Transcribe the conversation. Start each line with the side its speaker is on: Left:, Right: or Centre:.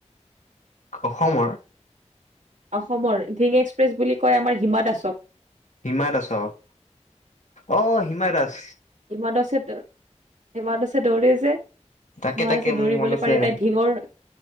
Left: অসমৰ।
Right: অসমৰ ঢিং এক্সপ্ৰেছ বুলি কয় আমাৰ হিমা দাসক।
Left: হিমা দাসক অ হিমা দাস।
Right: হিমা দাসে ত সিমা দাসে দৌৰে যে,
Left: তাকে
Right: সিমা
Left: তাকে
Right: দাস
Left: মোৰ
Right: দৌৰিবলৈ
Left: মনত আছে
Right: পাৰে তাইৰ ধিঙৰ